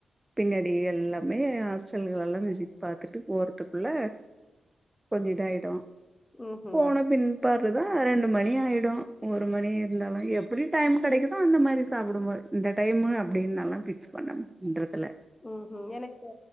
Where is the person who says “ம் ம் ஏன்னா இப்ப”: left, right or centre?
Left